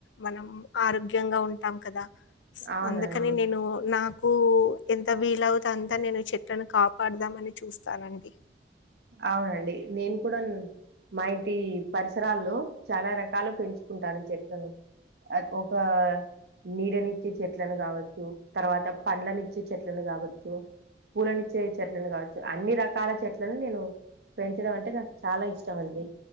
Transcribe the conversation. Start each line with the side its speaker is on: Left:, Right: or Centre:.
Left: మనం ఆరోగ్యంగా ఉంటాం కదా
Right: అవునండి
Left: అందుకని నేను నా నాకు ఎంత వీలవుత అంతా నేను చెట్లను కాపాడుదామ అని చూస్తాను అది
Right: అవునండి నేను కూడా మా ఇంటి పరిసరాల్లో చాలా రకాలు పెంచుకుంటాను చెట్లను ఒక నీడనిచ్చే చెట్లను కావచ్చు తర్వాత పండ్లనిచ్చే చెట్లను కావచ్చు పూనిచ్చే చెట్లను కావచ్చు అన్ని రకాల చెట్ నేను పెంచడం అంటే నాకు చాలా ఇష్టం అండి